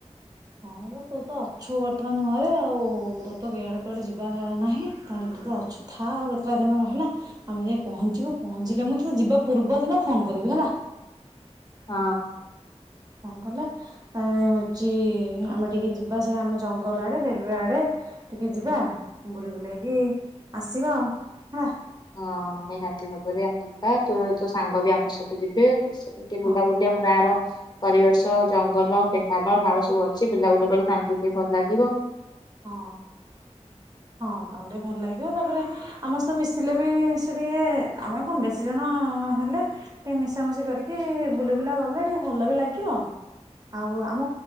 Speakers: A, on the right; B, on the left.
A: ହଁ ତୁ ତ ଅଛୁ ବର୍ତ୍ତମାନ ଘରେ ଆଉ ତୋର ତ ଏଆଡେ କୁଆଡେ ଯିବ ନାହିଁ ତାହେଲେ ତତେ ଅଛୁ ଥା ଆଉ କେତେଟା ଦିନ ରହିଲା ଆମେ ଯାଇ ପହଞ୍ଚିବୁ ପହଞ୍ଚିଲେ ମୁଁ ତୋତେ ଯିବା ପୂର୍ବ ଦିନ ଫୋନ୍ କରିବି ହେଲା।
B: ହଁ।
A: କଣ କଲେ ତା ହଉଛି ଆମେ ଟିକେ ଯିବା ସେ ଆମ ଜଙ୍ଗଲ ଆଡେ ରେଲୱେ ଆଡେ ଟିକେ ଯିବା ବୁଲି ବୁଲେଇକି ଆସିବା ଆଉ ହେଲା
B: ହଁ ନିହାତି ଭାବରେ ଆମ ଯିବା ତୁ ତୋ ସାଙ୍ଗ ବି ଆମ ସ ଯିବେ ଏଠେ
A: ହଁ
B: ବୁଲା ଉଦ୍ୟମ ଗାଁର ପରିବେଶ ଜଙ୍ଗଲ କେନାଲ ନାଳ ସବୁ ଅଛି ବୁଲା ବୁଲି କ ତାଙ୍କୁ ଟିକେ ଭଲ ଲାଗିବ
A: ହଁ ହଁ ତମର ଟିକେ ଭଲ ଲାଗ ତାପରେ ଆମସ୍ତେ ମିଶିଲେ ବି ସେ ଟିକେ ଆମେ କଣ ବେଶୀ ଜଣ ହେଲେ ଟିକେ ମିଶାମଶି କରିକି ବୁଲି ବୁଲା କଲେ ଟିକେ ଭଲ ବି ଲାଗିବ ଆଉ ଆମ